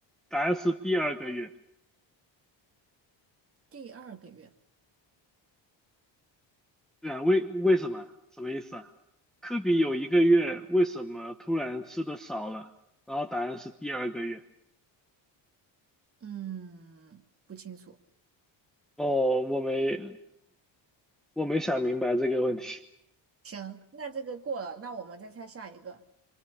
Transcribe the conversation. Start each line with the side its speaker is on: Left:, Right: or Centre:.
Centre: 答案是第二个月。
Right: 第二个月。
Centre: 对啊，为为什么？什么意思啊？科比有一个月，为什么突然吃的少了？然后答案是第二个月。
Right: 嗯，不清楚。
Centre: 哦，我没，我没想明白这个问题。
Right: 行，那这个过了，那我们再猜下一个。